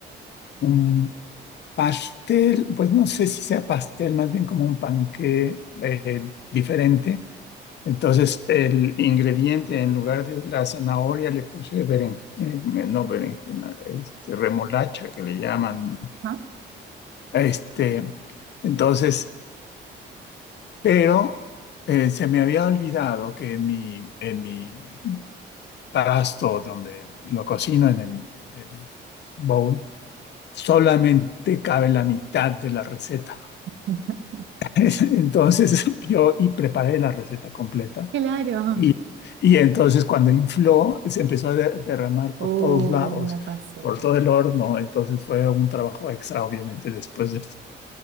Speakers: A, on the left; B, on the right.
A: un pastel, pues no sé si sea pastel, más bien como un panqué eh, diferente Entonces, el ingrediente, en lugar de la zanahoria, le puse beren, eh, no berenjena, este, remolacha que le llaman.
B: ¿no?
A: Este, entonces, pero eh, se me había olvidado que en mi, en mi pasto donde lo cocino en el, en el bowl, solamente cabe la mitad de la receta.
B: <laughs>
A: <laughs> Entonces, yo y preparé la receta completa
B: Claro.
A: Y, y entonces cuando infló, se empezó a de- derramar por
B: Uy,
A: todos lados,
B: me pasó.
A: por todo el horno. Entonces fue un trabajo extra, obviamente, después de,